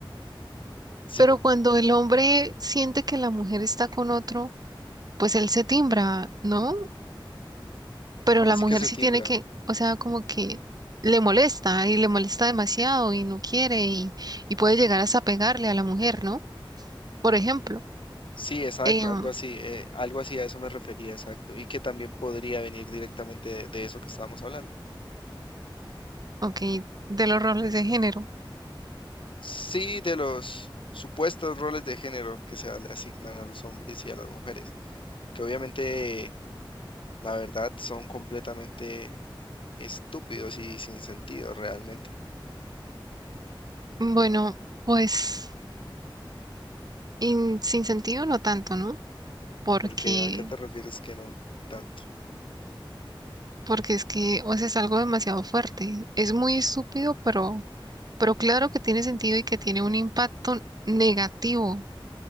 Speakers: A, on the left (about 70°); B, on the right (about 45°).
A: Sí,
B: pero
A: mo-
B: cuando el hombre siente que la mujer está con otro, pues él se timbra, ¿no? Pero
A: ¿cómo
B: la
A: así
B: mujer
A: que se
B: sí
A: timbra?
B: tiene que, o sea, como que le molesta y le molesta demasiado y no quiere y, y puede llegar hasta pegarle a la mujer, ¿no? Por ejemplo,
A: Sí, exacto,
B: em,
A: algo así, eh, algo así a eso me refería, exacto. Y que también podría venir directamente de, de eso que estábamos hablando.
B: ok, de los roles de género.
A: Sí, de los supuestos roles de género que se le asignan a los hombres y a las mujeres, que obviamente, la verdad, son completamente estúpidos y sin sentido realmente.
B: Bueno, pues in- sin sentido no tanto, ¿no? Porque,
A: Porque ¿a qué te refieres que no tanto?
B: porque es que, o sea, es algo demasiado fuerte. Es muy estúpido, pero Pero claro que tiene sentido y que tiene un impacto negativo